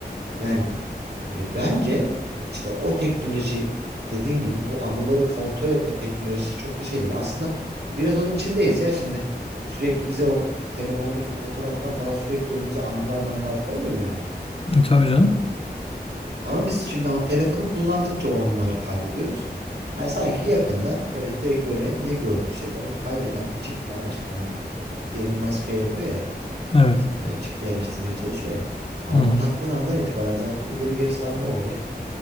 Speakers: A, on the right; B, on the left.
A: Yani E, bence işte o teknoloji dediğin gibi bu anıları kontrol etme teknolojisi çok da şey değil. Aslında biraz onun içindeyiz ya şimdi. Sürekli bize o telefondaki fotoğraflar falan sürekli önümüze anılar manılar koymuyor mu yani?
B: Tabii canım.
A: Ama biz şimdi o telefonu kullandıkça o anıları kaydediyoruz. Yani sanki yakında böyle direkt böyle ne gördüysek onu kaydeden çipler işte hani Elon Musk şey yapıyor ya
B: Evet.
A: e, çip yerleştirmeye çalışıyor ya. Ya
B: Hı
A: onu
B: hı.
A: taktığın andan itibaren zaten ileri geri sarma olayı